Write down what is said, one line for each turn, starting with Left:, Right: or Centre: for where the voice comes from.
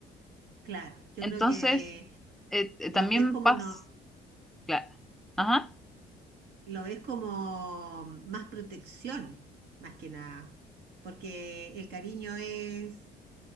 Right: claro. Yo
Centre: Entonces,
Right: creo que
Centre: eh, eh,
Right: los
Centre: también
Right: ves como
Centre: pasa,
Right: no,
Centre: claro. Ajá.
Right: lo ves como más protección, más que nada, porque el cariño es